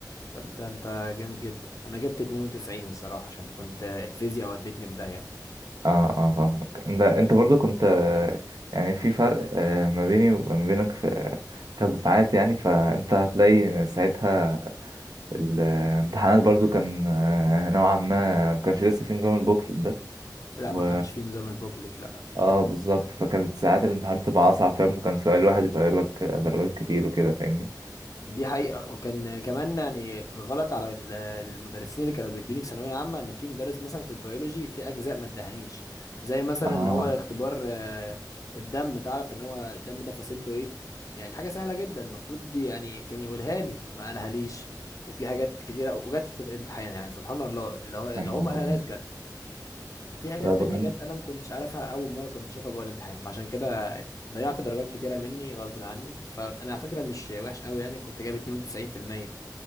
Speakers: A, on the left; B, on the right.
A: طب ده انت جامد جدا انا جبت 92 الصراحة عشان كنت آه، الفيزياء ودتني في داهية
B: اه اه فاهمك انت انت برضو كنت آه، يعني في فرق آه، ما بيني وما بينك في كدفعات يعني فانت هتلاقي ساعتها الامتحانات برضو كان آه، نوعا ما ما كانش لسه في نظام البوكلت ده
A: لا
B: و
A: ما كانش فيه نظام البوكلت لا
B: اه بالظبط فكانت ساعات الامتحان بتبقى اصعب فاهم كان سؤال واحد يطير لك درجات كتير وكده فاهمني
A: دي حقيقة وكان كمان يعني الغلط على ال- المدرسين اللي كانوا بيدوني في ثانوية عامة ان في مدرس مثلا في البيولوجي في اجزاء ما ادهنيش زي مثلا
B: اه
A: ان هو اختبار آه، الدم تعرف ان هو الدم ده فصيلته ايه يعني دي حاجة سهلة جدا المفروض دي يعني كان يقولها لي ما قالها ليش وفي حاجات كتيرة وجات لي في الامتحان يعني سبحان الله اللي هو- اللي
B: يا نهار
A: هو ما قالهاش
B: أبيض.
A: جت وفي حاجات
B: لا بجد
A: تانية جت انا ما كنتش عارفها اول مره كنت اشوفها جوه الامتحان فعشان كده يعني ضيعت درجات كتيره مني غصب عني فانا على فكره مش وحش قوي يعني كنت جايب 92%